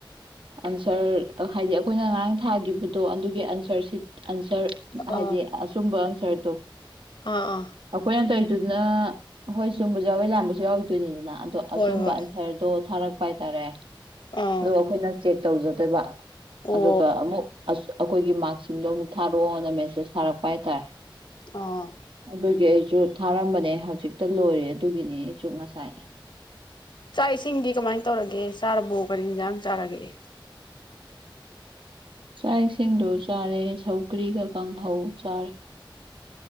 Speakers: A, on the right; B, on the left.
A: ꯑꯟꯁꯔ ꯍꯥꯏꯗꯤ ꯑꯩꯈꯣꯏꯅ ꯉꯔꯥꯡ ꯊꯥꯒꯤꯈꯤꯕꯗꯣ ꯑꯗꯨꯒꯤ ꯑꯟꯁꯔꯁꯤ ꯑꯟꯁꯔ
B: ꯑꯥ
A: ꯍꯥꯏꯗꯤ ꯑꯆꯨꯝꯕ ꯑꯟꯁꯔ ꯇꯣ
B: ꯑꯥ ꯑꯥ
A: ꯑꯈꯣꯏ ꯇ ꯑꯗꯨꯅ ꯍꯣꯏ ꯁꯨꯝꯕꯁꯨ ꯌꯥꯎꯋꯦ ꯂꯥꯟꯕꯁꯨ ꯌꯥꯎꯔꯗꯣꯏꯅꯤꯗꯅ ꯑꯗꯣ
B: ꯍꯣꯏ
A: ꯑꯁꯨꯝꯕ
B: ꯍꯣꯏ
A: ꯑꯟꯁꯔꯗꯣ ꯊꯥꯔꯛꯄ ꯍꯥꯏꯥꯏ ꯇꯔꯦ
B: ꯑꯥ
A: ꯑꯗꯣ ꯑꯩꯈꯣꯏꯅ ꯍꯦꯛ ꯇꯧꯖꯗꯣꯏꯕ
B: ꯑꯣ
A: ꯑꯗꯨꯒ ꯑꯩꯈꯣꯏꯒꯤ ꯃꯥꯔꯁꯤꯡꯗꯣ ꯑꯃꯨꯛ ꯊꯥꯔꯛꯑꯣꯅ ꯃꯦꯆꯦꯁ ꯊꯥꯔꯛꯄ ꯍꯥꯏꯇꯥꯔꯦ
B: ꯑꯥ
A: ꯑꯗꯨꯗꯒꯤ ꯁꯨ ꯊꯥꯔꯝꯕꯅꯦ ꯍꯧꯖꯤꯛꯇ ꯂꯣꯏꯔꯦ ꯑꯗꯨꯒꯤꯅꯦ ꯑꯁꯨ ꯉꯁꯥꯏ
B: ꯆꯥꯛ ꯏꯁꯤꯡꯗꯤ ꯀꯃꯥꯏꯅ ꯇꯧꯔꯒꯦ ꯆꯥꯔꯕꯣꯛ ꯄꯔꯤ ꯏꯟꯁꯥꯡ ꯆꯥꯔꯒꯏ
A: ꯆꯥꯛ ꯏꯁꯤꯡꯗꯣ ꯆꯥꯔꯦ ꯁꯧꯀ꯭ꯔꯤꯒ ꯀꯥꯡꯍꯧ ꯆꯥꯔꯦ